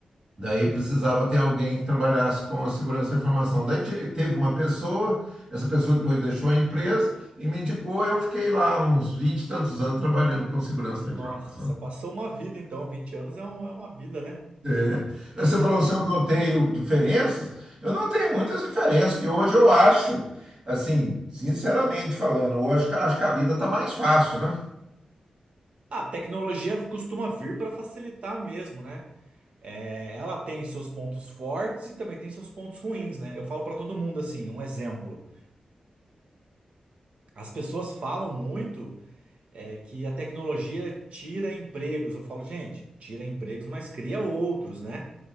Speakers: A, on the right; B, on the right.
A: daí precisava ter alguém que trabalhasse com a segurança da informação. Daí te- teve uma pessoa, essa pessoa depois deixou a empresa e me indicou, eu fiquei lá uns 20 e tantos anos trabalhando com segurança
B: Nossa,
A: da informação.
B: você passou uma vida, então. vinte anos é, um- é uma vida, né?
A: É. Você falou
B: Dá
A: se
B: não.
A: eu noteio diferenças, eu notei muitas diferenças que hoje eu acho, assim, sinceramente falando, eu acho que, acho que a vida está mais fácil, né?
B: Ah, A tecnologia costuma vir para facilitar mesmo, né? É, ela tem seus pontos fortes e também tem seus pontos ruins, né? Eu falo para todo mundo assim, um exemplo. As pessoas falam muito. é que a tecnologia tira empregos. Eu falo, gente, tira empregos, mas cria outros, né?